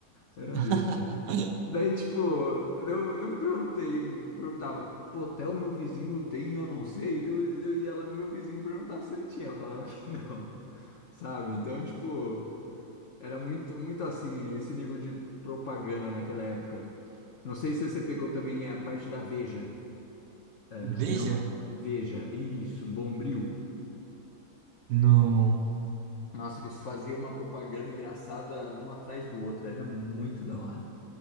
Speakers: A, on the left; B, on the right.
A: era
B: <laughs>
A: um lixo. Daí, tipo, eu, eu me perguntei, me perguntava, pô, até o meu vizinho tem, eu não sei. Daí eu, daí eu ia lá no meu vizinho perguntar se ele tinha, falava que <laughs> não, sabe? Então, tipo, era muito, muito assim, esse nível de propaganda naquela época. Não sei se você pegou também a parte da Veja. Ah,
B: Veja?
A: não, não- Veja, isso, do Bombril.
B: Não.
A: Nossa, eles faziam uma propaganda engraçada uma atrás do outro. Era muito da hora.